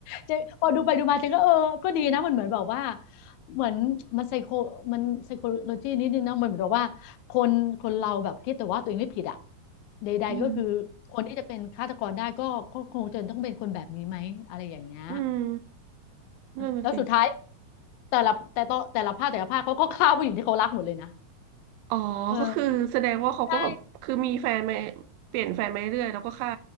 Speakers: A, on the left; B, on the right.
A: เจพอดูไปดูมาเจนก็เออก็ดีนะมันเหมือนแบบว่า เหมือนมันไซโคมันไซโคโลจีนิดนึงนะมันเหมือนกับว่าคนคนเราแบบคิดแต่ว่าตัวเองไม่ผิดอ่ะใดๆก็คือคนที่จะเป็นฆาตกรได้ก็ก็คงจะต้องเป็นคนแบบนี้ไหมอะไรอย่างเงี้ย
B: อืมอืมนั่นน่ะสิ
A: แล้วสุดท้ายแต่ละแต่ต่อแต่ละภาคแต่ละภาคเขาก็ฆ่าผู้หญิงที่เขารักหมดเลยนะ
B: อ๋อก็คือแสดงว่าเขาก็แบบคือมีแฟนมา
A: เออใช่
B: เปลี่ยนแฟนมาเรื่อยๆแล้วก็ฆ่า